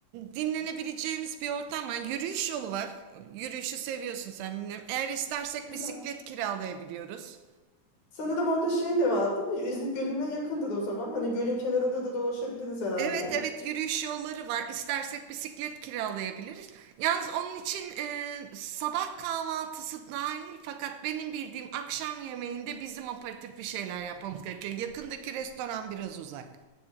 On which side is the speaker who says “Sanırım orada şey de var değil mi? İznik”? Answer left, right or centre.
Left